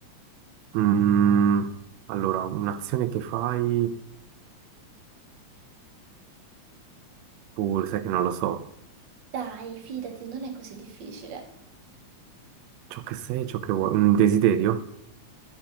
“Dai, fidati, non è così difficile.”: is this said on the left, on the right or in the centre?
Right